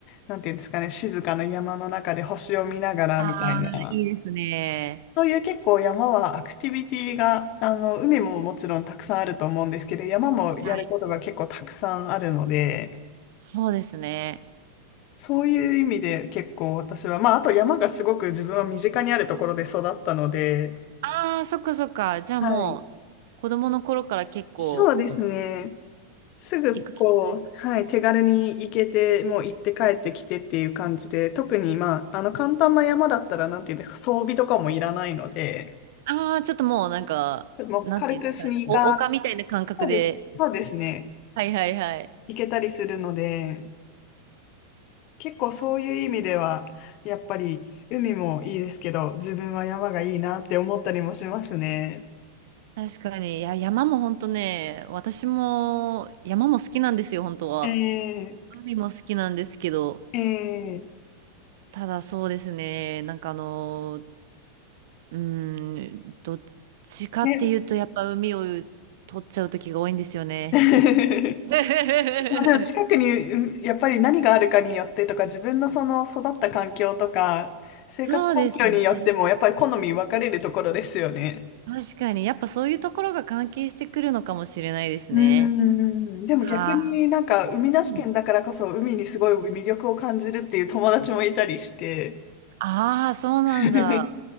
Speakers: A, on the left (about 40°); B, on the right (about 50°).
A: なんていうんですかね、静かな山の中で星を見ながらみたいな。
B: ああ、いいですね。
A: そういう結構山はアクティビティが、あの、海ももちろんたくさんあると思うんですけど、山もやることが結構たくさんあるので、
B: はい。そうですね。
A: そういう意味で結構私は、まあ、あと山がすごく自分は身近にあるところで育ったので、
B: ああ、そっかそっか。じゃあもう、
A: はい。
B: 子供の頃から結構
A: そうですね。すぐこう、
B: 行く機会が。
A: はい、手軽に行けて、もう行って帰ってきてっていう感じで、特にまあ、あの簡単な山だったら、なんていうんですか、装備とかもいらないので、
B: ああ、ちょっともうなんか、
A: もう軽くスニーカー、
B: なんていうんですかね。お、丘みたいな感覚で。
A: そうです。そうですね。
B: はいはいはい。
A: 行けたりするので、結構そういう意味では、やっぱり海もいいですけど、自分は山がいいなって思ったりもしますね。
B: 確かに。いや、山も本当ね、私も山も好きなんですよ、本当は。
A: ええ
B: 海も好きなんですけど。
A: ええ
B: ただそうですね、なんかあのうーん、どっちかっていうと、
A: ね。
B: やっぱ海を取っちゃう時が多いんですよね。
A: <laughs>
B: <laughs>
A: まあでも近くに、うんやっぱり何があるかによってとか、自分のその育った環境とか、生活環境によっても、
B: そうですね。
A: やっぱり好み分かれるところですよね。
B: 確かに、やっぱそういうところが関係してくるのかもしれないですね。
A: うん。でも逆になんか、
B: は
A: 海なし県だからこそ、
B: いうん。
A: 海にすごい魅力を感じるっていう友達もいたりして。
B: ああ、そうなんだ。
A: <laughs>